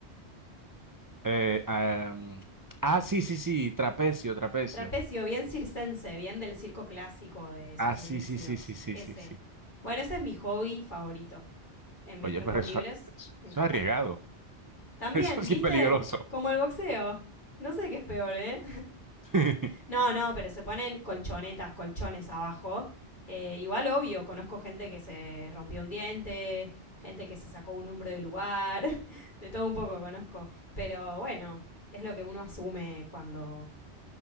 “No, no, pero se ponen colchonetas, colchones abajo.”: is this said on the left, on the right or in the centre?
Left